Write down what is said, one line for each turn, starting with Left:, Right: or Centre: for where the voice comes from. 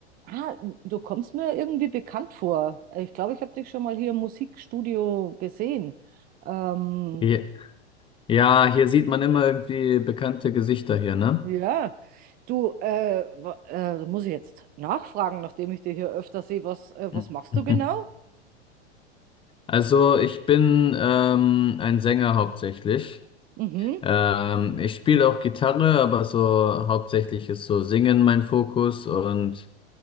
Right: Ah, du kommst mir irgendwie bekannt vor. Ich glaube, ich habe dich schon mal hier im Musikstudio gesehen. Ähm,
Left: Je- Ja, hier sieht man immer irgendwie bekannte Gesichter hier, ne?
Right: ja, du, äh, wa- äh, da muss ich jetzt nachfragen, nachdem ich dich hier öfter sehe, was, äh,
Left: <laughs>
Right: was machst
Left: Mhm.
Right: du genau?
Left: Also ich bin ähm, ein Sänger hauptsächlich.
Right: Mhm,
Left: Ähm, ich spiele auch Gitarre, aber so hauptsächlich ist so Singen mein Fokus und